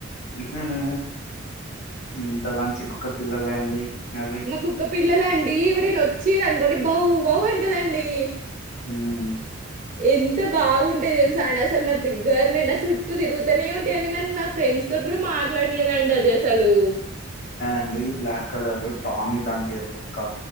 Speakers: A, on the left; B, on the right.
A: ఉహుహు ఇంత మంచి కుక్క పిల్లలండి. అవి
B: మా కుక్క పిల్లలండి ఎవరైనా వచ్చిరనుకోండి బౌ బౌ అంటదండి.
A: ఉమ్
B: ఎంత బాగుంటయి తెలుసా అండి. అసలు నా దగ్గరనే నా చుట్టూ తిరుగుతనే ఉంటాయండి నన్ను నా ఫ్రెండ్స్ తో తోటి కూడా మాట్లాడనీయదండి అది అసలు
A: అండి బ్లాక్ కలరు టామి దాని పేరు కుక్క